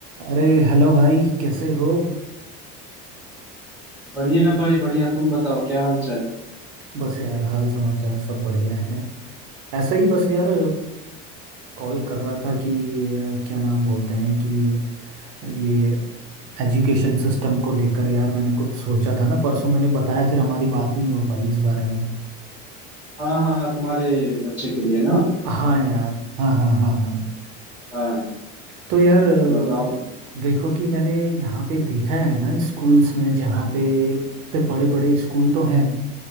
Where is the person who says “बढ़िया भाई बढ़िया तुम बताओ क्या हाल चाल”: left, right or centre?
Centre